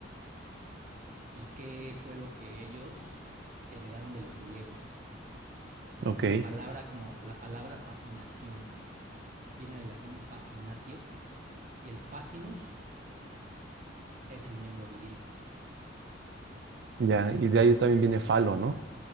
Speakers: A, on the right; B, on the right.
A: y qué fue lo que ellos heredaron de los griegos. Por
B: Ok,
A: ejemplo, palabra como la palabra fascinación viene del latín fascinatio y el fascinus es el miembro viril.
B: ya. Y de ahí también viene Falo, ¿no?